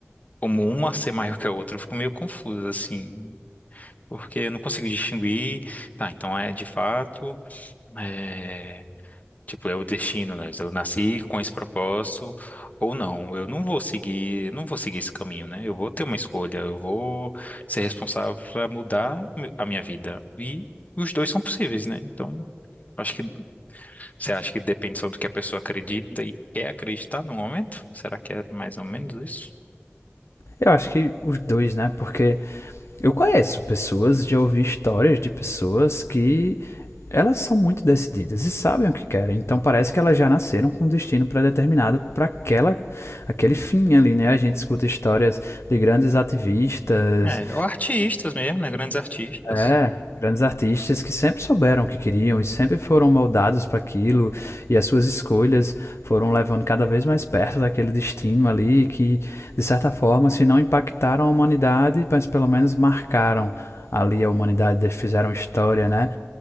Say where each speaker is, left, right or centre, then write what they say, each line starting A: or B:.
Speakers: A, on the left (about 35°); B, on the left (about 75°).
A: como uma ser maior que a outra. Eu fico meio confuso, assim, porque eu não consigo distinguir. Tá, então é de fato, é, tipo, é o destino, né? Eu nasci com esse propósito ou não. Eu não vou seguir, não vou seguir esse caminho, né? Eu vou ter uma escolha, eu vou ser responsável para mudar a minha vida. E os dois são possíveis, né? Então, acho que você acha que depende só do que a pessoa acredita e quer acreditar no momento? Será que é mais ou menos isso?
B: Eu acho que os dois, né? Porque eu conheço pessoas, já ouvi histórias de pessoas que elas são muito decididas e sabem o que querem. Então parece que elas já nasceram com um destino pré-determinado para aquela aquele fim ali, né? A gente escuta histórias de grandes ativistas,
A: É, ou artistas mesmo, né? Grandes artistas.
B: é, grandes artistas que sempre souberam o que queriam e sempre foram moldados para aquilo, e as suas escolhas foram levando cada vez mais perto daquele destino ali que, de certa forma, se não impactaram a humanidade, mas pelo menos marcaram ali a humanidade, fizeram história, né?